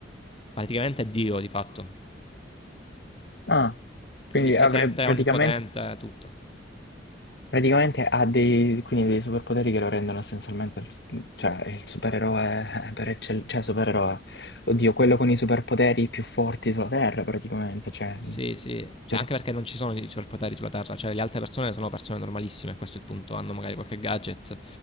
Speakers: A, on the left; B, on the left.
A: praticamente è Dio di fatto.
B: Ah, quindi
A: Onnipresente,
B: avrei praticamente.
A: onnipotente, tutto.
B: Praticamente ha dei, quindi dei superpoteri che lo rendono essenzialmente il, su- cioè, il supereroe eh, per eccellenza, cioè supereroe, oddio, quello con i superpoteri più forti sulla Terra praticamente. Cioè,
A: Sì, sì, cioè
B: ter-
A: anche perché non ci sono i superpoteri sulla Terra, cioè le altre persone sono persone normalissime, questo è il punto, hanno magari qualche gadget,